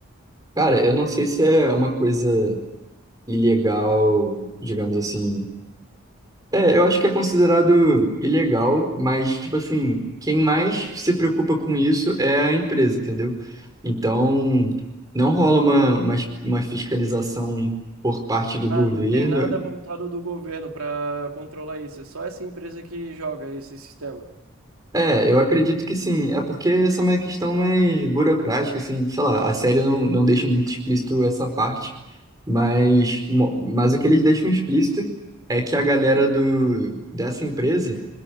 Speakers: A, on the right; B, on the right.
A: Cara, eu não sei se é uma coisa ilegal, digamos assim, É, eu acho que é considerado ilegal, mas, tipo assim, quem mais se preocupa com isso é a empresa, entendeu? Então, não rola uma, uma, uma fiscalização por parte do
B: Ah,
A: governo.
B: não tem nada voltado do governo para controlar isso, é só essa empresa que joga esse sistema.
A: É, eu acredito que sim. É porque essa é uma questão mais burocrática, assim, sei lá, a série não, não deixa muito explícito essa parte, mas, mo- mas o que eles deixam explícito é que a galera do, dessa empresa.